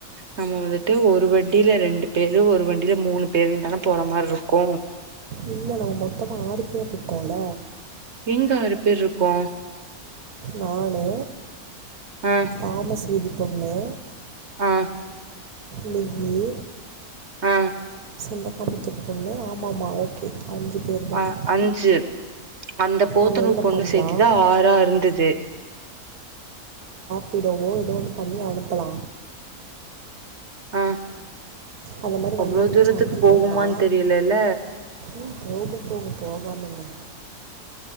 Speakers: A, on the right (about 50°); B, on the right (about 80°).
A: நம்ம வந்துட்டு ஒரு வண்டியில ரெண்டு பேரு ஒரு வண் வண்டியில மூணு பேருந்தான போற மாரி இருக்கு
B: இல்ல நம்ம மொத்தமா ஆறு பேர் இருக்கோல்ல
A: எங்க ஆறு பேர் இருக்கோ
B: நானு
A: ஆ
B: தாமஸ் வீதி பொண்ணு
A: ஆ
B: நிய்யி
A: ஆ
B: ண்டக்கம்பத்திரு பொண்ணு ஆமாமா ஓகே அஞ்சு பேர் தான்
A: அ அஞ்சு அந்த போத்தனூர்
B: நம்ம என்ன
A: பொண்ணு
B: பண்ணலாம்
A: சேத்திதா ஆறா இருந்தது
B: ப்படுவோ ஏதோன்னு பண்ணி அனுப்பலா
A: அ
B: அந்த மாதிரி
A: அவ்ளோ
B: வண்டி பிடிச்சி
A: தூரத்துக்கு
B: அனுப்பிட்டோம்னா
A: போகுமான் தெரியலல்ல
B: ம் போகும் போகு போகாம எங்க